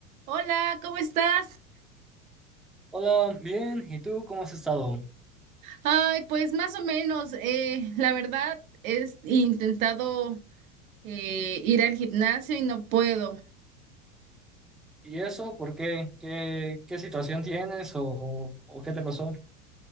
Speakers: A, on the right; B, in the centre.
A: Hola, ¿cómo estás?
B: Hola, bien, ¿y tú cómo has estado?
A: Ay, pues más o menos, eh, la verdad es intentado eh, ir al gimnasio y no puedo.
B: ¿Y eso por qué? ¿Qué, qué situación tienes o, o qué te pasó?